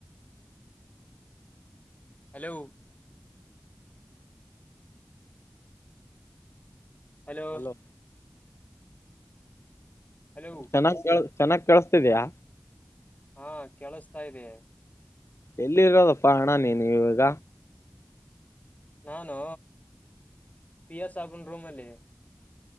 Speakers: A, on the left (about 30°); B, on the left (about 70°).
A: hello hello
B: hello
A: hello
B: ಚೆನ್ನಾಗ್ ಕ- ಚೆನ್ನಾಗ್ ಕಳಸ್ತಿದ್ಯಾ
A: ಹಾ ಕೇಳಸ್ತಾ ಇದೀ
B: ಎಲ್ಲಿರೋದಪ್ಪಾ ಅಣ್ಣ ನೀನು ಇವಾಗ.
A: ನಾನು ಪಿ ಎಸ್ ಆಬನ್ ರೂಮ್ಲ್ಲಿ.